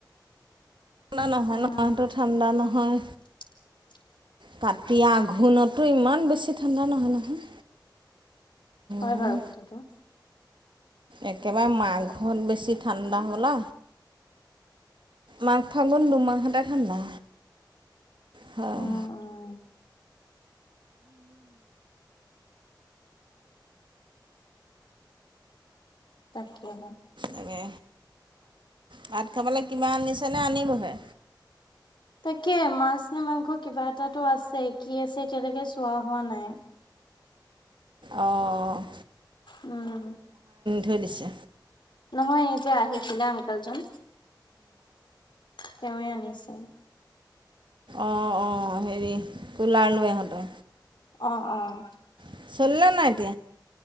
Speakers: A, on the right (about 85°); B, on the left (about 75°).
A: ঠাণ্ডা নহয়,
B: উম
A: নহয়টো ঠাণ্ডা নহয়।
B: <inaudible>
A: তাতিয়া আঘোণতো ইমান বেছি ঠাণ্ডা নহয় নহয়।
B: হয়
A: উম,
B: বাৰু কথাটো।
A: একেবাৰে
B: উম
A: মাঘত বেছি ঠাণ্ডা হ'বলা। মাঘ ফাগুন দুমাহতে ঠাণ্ডা। হয়।
B: উম উম তাকেহে।
A: তাকে, ভাত খাবলৈ কিবা আনিছে নে আনিবহে?
B: তাকে মাছ নে মাংস কিবা এটাটো আছে, কি আছে এতিয়ালৈকে চোৱা হোৱা নাই।
A: অ'।
B: উম।
A: ধৈ দিছে
B: নহয় এই যে আহিছিলে আংকেল জন তেওঁৱে আনিছে।
A: অ', হেৰি কুলাৰ লৈ আহোতে।
B: অ', অ।
A: <unintelligible> নাইটি